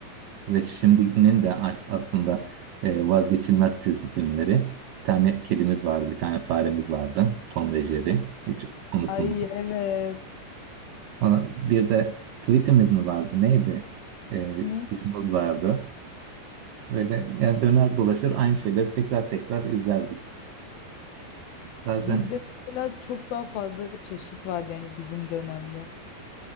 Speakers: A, on the right; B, on the left.
A: ve şimdinin de as- aslında e, vazgeçilmez çizgi filmleri. Bir tane kedimiz vardı, bir tane faremiz vardı. Tom ve Jerry. Hiç unutulmaz.
B: Ay evet.
A: Sonra bir de tweetimiz mi vardı? Neydi? Ee,
B: Ne?
A: kuşumuz vardı. Böyle yani döner dolaşır aynı şeyleri tekrar tekrar izlerdik. Bazen
B: Bizde mesela çok daha fazla çeşit vardı yani bizim dönemde.